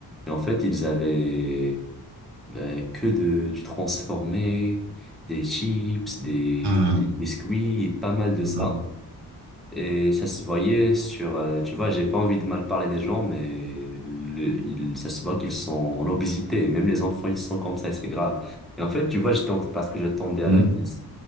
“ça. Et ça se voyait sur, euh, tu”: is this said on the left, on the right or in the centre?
Centre